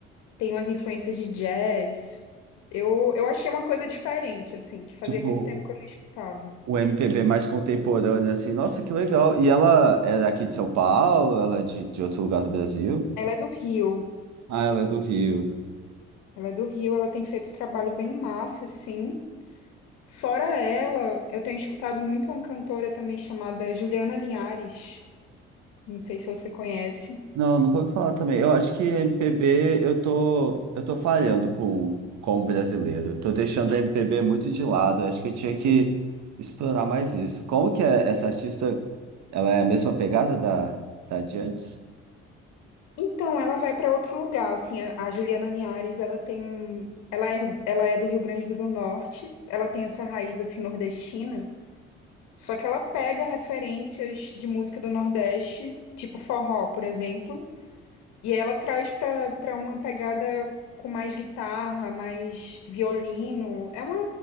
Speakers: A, on the left; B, on the right.
A: Tem umas influências de jazz. Eu, eu achei uma coisa diferente, assim, que fazia
B: Tipo,
A: muito tempo que eu não escutava.
B: o MPB mais contemporâneo, assim. Nossa, que legal. E ela é daqui de São Paulo? Ela é de, de outro lugar do Brasil?
A: Ela é do Rio.
B: Ah, ela é do Rio.
A: Ela é do Rio, ela tem feito um trabalho bem massa, assim. Fora ela, eu tenho escutado muito uma cantora também chamada Juliana Linhares. Não sei se você conhece.
B: Não, nunca ouvi falar também. Eu acho que MPB, eu tô, eu tô falhando com, com o brasileiro. Tô deixando a MPB muito de lado. Acho que eu tinha que explorar mais isso. Como que é essa artista, ela é a mesma pegada da, da de antes?
A: Então, ela vai para outro lugar, assim, a a Juliana Linhares, ela tem um, ela é, ela é do Rio Grande do Norte, ela tem essa raiz, assim, nordestina, Só que ela pega referências de música do Nordeste, tipo forró, por exemplo, e ela traz pra para uma pegada com mais guitarra, mais violino. É uma,